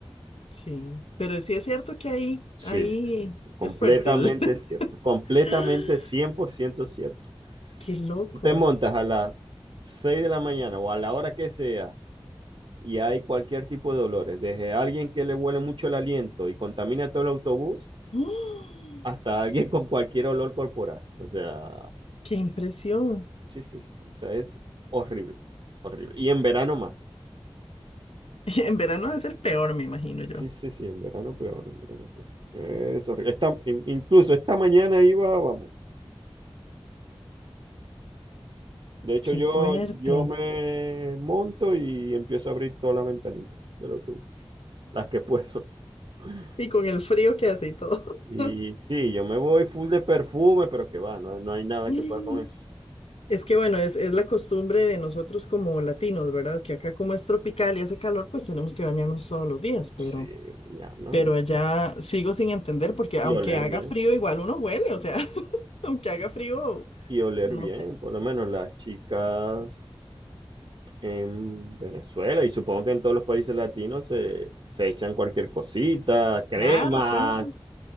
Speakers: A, on the left (about 85°); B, on the right (about 60°).
A: Sí, pero sí es cierto que ahí,
B: Sí,
A: ahí
B: sí, sí, sí. Completamente
A: es fuerte el...
B: cierto, completamente
A: <laughs>
B: 100% cierto.
A: Qué loco.
B: Te montas a las 6 de la mañana o a la hora que sea y hay cualquier tipo de dolores, desde alguien que le huele mucho el aliento y contamina todo el autobús
A: ¡Oh!
B: hasta alguien <laughs> con cualquier olor corporal. O sea,
A: Qué impresión.
B: sí, sí, sí, o sea, es horrible, horrible. Y en verano más.
A: <laughs> En verano debe ser peor, me imagino yo.
B: Sí, sí, sí, en verano peor, en verano peor. Es horrible. Esta- in- incluso esta mañana iba, vamos. De hecho,
A: Qué
B: yo,
A: fuerte.
B: yo me monto y empiezo a abrir todas las ventanillas de los tubos, las que puedo. <laughs>
A: Y con el frío que hace y todo. <laughs>
B: Y sí, yo me voy full de perfume, pero que va, no, hay no hay nada
A: Mm.
B: que pueda con eso.
A: Es que bueno, es, es la costumbre de nosotros como latinos, ¿verdad? Que acá como es tropical y hace calor, pues tenemos que bañarnos todos los días, pero,
B: Sí, mañana
A: pero
B: y,
A: allá sigo sin entender porque aunque
B: y oler
A: haga
B: bien.
A: frío, igual uno huele, o sea, <laughs> aunque haga frío,
B: Y oler
A: no
B: bien,
A: sé.
B: por lo menos las chicas en Venezuela y supongo que en todos los países latinos se, se echan cualquier cosita, crema,
A: Claro, claro.